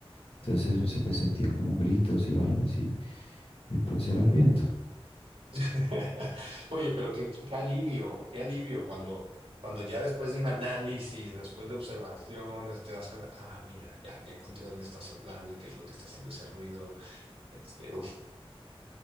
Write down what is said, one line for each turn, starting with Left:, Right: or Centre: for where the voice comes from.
Left: Entonces se se sentían como gritos y vainas y, y pues era el viento.
Right: <laughs> Oye, pero qué, qué alivio, qué alivio cuando, cuando ya después de un análisis, después de observaciones, te das cuenta, ah, mira, ya, ya encontré dónde está soplando y qué es lo que está haciendo ese ruido. Este, uf.